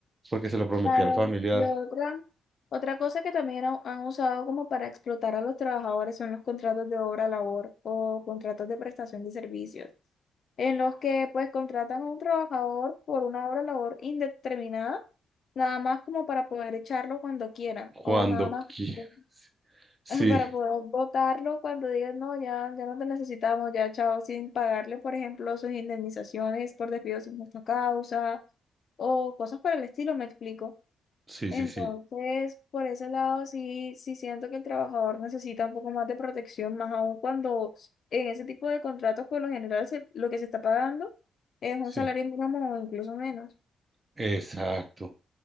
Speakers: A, on the right; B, on the left.
A: porque se lo prometí
B: Claro,
A: al familiar,
B: y otra, otra cosa que también han, han usado como para explotar a los trabajadores son los contratos de obra labor o contratos de prestación de servicios, en los que pues contratan a un trabajador por una obra labor indeterminada, nada más como para poder echarlo cuando quieran,
A: cuando
B: o nada más
A: quieras.
B: <laughs>
A: Sí,
B: para poder votarlo cuando digan, no, ya, ya no te necesitamos, ya chao, sin pagarle, por ejemplo, sus indemnizaciones por despido sin justa causa, o cosas por el estilo, me explico.
A: sí,
B: Entonces,
A: sí, sí,
B: por ese lado, sí, sí siento que el trabajador necesita un poco más de protección, más aún cuando en ese tipo de contratos, por lo general, se- lo que se está pagando es un
A: sí,
B: salario mínimo o incluso menos.
A: exacto.